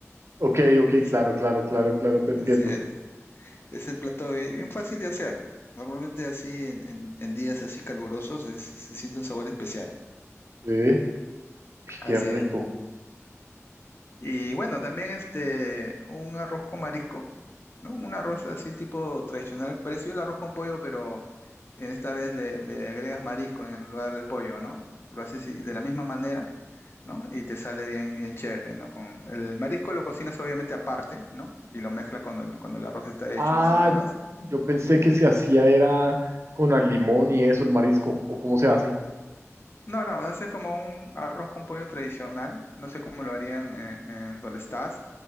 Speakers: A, on the right; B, on the left.
A: ok, ok,
B: Ese,
A: claro, claro, claro, claro, te entiendo.
B: así es. Es el plato bi- bien fácil de hacer. Normalmente así en, en- en días así calurosos es- se siente un sabor especial.
A: ¿Eh? Uy,
B: Así
A: qué rico.
B: es. Y bueno, también este, un arroz con marisco, ¿no? Un arroz así tipo tradicional, parecido al arroz con pollo, pero en esta vez le, le agregas marisco en el lugar del pollo, ¿no? Lo haces y- de la misma manera, ¿no? Y te sale bien, bien chévere, ¿no? Con el marisco lo cocinas obviamente aparte, ¿no? Y lo mezclas cuando el, cuando el arroz está hecho
A: Ah,
B: más o menos.
A: yo pensé que se hacía era con al limón y eso, el marisco. ¿O cómo se hace?
B: No, no, haces como un arroz con pollo tradicional. No sé cómo lo harían en, en donde estás,